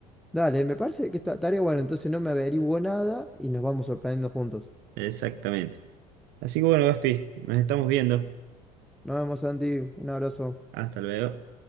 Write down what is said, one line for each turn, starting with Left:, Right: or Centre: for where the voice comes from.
Centre: Dale, me parece que esta tarea bueno, entonces no me averiguo nada y nos vamos sorprendiendo juntos.
Right: Exactamente. Así que bueno, Gaspi, nos estamos viendo.
Centre: Nos vemos, Santi, un abrazo.
Right: Hasta luego.